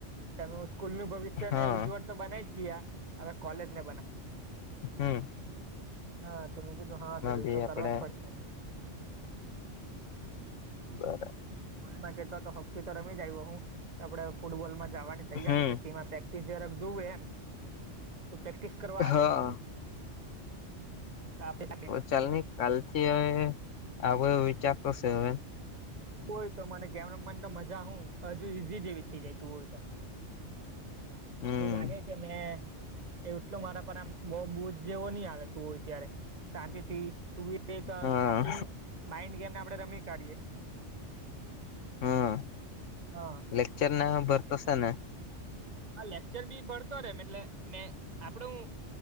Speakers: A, on the right; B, on the left.
A: તમે સ્કૂલ નું ભવિષ્ય
B: હા
A: ને ઉજ્જવળ તો બનાવી જ ગયા હવે કોલેજ ને બનાવ.
B: હમ્મ.
A: હા તો મેં કીધું હા સર એ
B: બી
A: તો
B: આપડે
A: કરવા જ પડશે ને.
B: બરા
A: <unintelligible> કેતોય તો હોકી તો રમી જાય હું આપડે ફૂટબોલમાં જવાની તૈયારી
B: હમ
A: છે તેમાં પ્રૅ ટીસ જરાક જોવે એમ, તો પ્રેક્ટિસ કરવા
B: હા
A: આવે. તો આપે તમે.
B: ચાલ ની કાલ થી હવે આવો વિચાર કરશે હવે.
A: બોય તો મને ગેમ રમવાન તો મજા હું હજુ ઈઝી જેવી થઈ જાય તું હોય તો.
B: હમ
A: એવુ લાગે કે મેં એટલો મારા પર આમ બવ બુજ જેવો નહી આવે તું હોયત્યારે સાચેથી તું. તે તો
B: હા
A: આપડી શું માઈન્ડ ગેમને આપણેે રમી કાઢીએ.
B: હા
A: હા.
B: લેક્ચર ના ભરતો સેને.
A: હા લેક્ચર બી ભરતો રે એમ એટલે મે આપડો હું